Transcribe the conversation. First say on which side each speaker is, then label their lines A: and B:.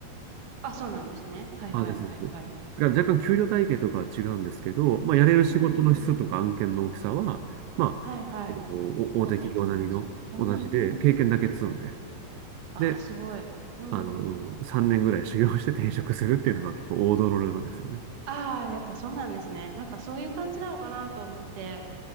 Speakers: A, on the right; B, on the right.
A: あ、そうなんですね。はいはいはいはい。
B: あ、ですです。だから若干給料体系とかは違うんですけど、まあ、やれる仕事の質とか案件の大きさは、
A: うんうんうん。
B: まあ、
A: はいはい。
B: お大手企業並みの同じで、
A: 大手と同じ。うーん。
B: 経験だけ積んで、
A: あすごい。
B: で、
A: うんうん。
B: あの、3年ぐらい修行して転職するっていうのが結構王道のルートですよね。
A: ああ、やっぱそうなんですね。なんかそういう感じなのかなと思って。